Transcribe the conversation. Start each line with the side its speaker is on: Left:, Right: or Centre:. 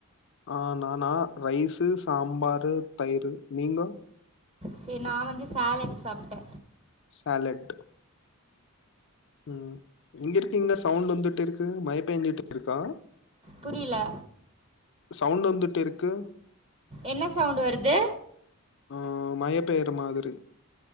Left: ஆ நானா ரைஸு சாம்பாரு தயிரு நீங்க
Right: சேர் நா வந்து சேலட் சாப்ட்டே
Left: சேலட் ம் எங்க இருக்கீங்க சவுண்ட் வந்துட்டு இருக்கு மயப்பேஞ்சிட்டு இருக்கா
Right: புரியல
Left: சவுண்ட் வந்துட்டு இருக்கு
Right: என்ன சவுண்ட் வருது
Left: அ மய பெயிற மாதிரி